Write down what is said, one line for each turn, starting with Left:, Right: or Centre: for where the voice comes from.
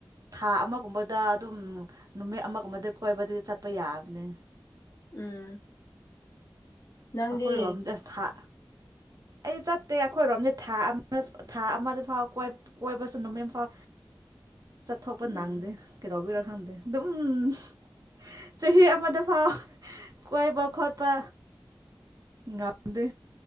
Right: ꯊꯥ ꯑꯃꯒꯨꯝꯕꯗ ꯑꯗꯨꯝ ꯅꯨꯃꯤꯠ ꯑꯃꯒꯨꯝꯕꯗ ꯀꯣꯏꯕꯗꯨ ꯆꯠꯄ ꯌꯥꯕꯅꯤ
Left: ꯎꯝ ꯅꯪꯗꯤ
Right: ꯑꯩꯈꯣꯏꯔꯣꯝꯗ ꯊꯥ ꯑꯩꯗꯤ ꯆꯠꯇꯦ ꯑꯩꯈꯣꯏꯔꯣꯝꯗꯤ ꯊꯥ ꯑꯃ ꯊꯥ ꯑꯃꯗ ꯐꯥꯎ ꯀꯣꯏꯕꯁꯨ ꯅꯨꯃꯤꯠ ꯐꯥꯎ ꯆꯠꯊꯣꯛꯄ
Left: ꯎꯝ
Right: ꯅꯪꯗꯦ ꯀꯩꯗꯧꯕꯤꯔꯛ ꯈꯪꯗꯦ ꯑꯗꯨꯝ ꯆꯍꯤ ꯑꯃꯗ ꯐꯥꯎ ꯀꯣꯏꯕ ꯈꯣꯠꯄ ꯉꯗ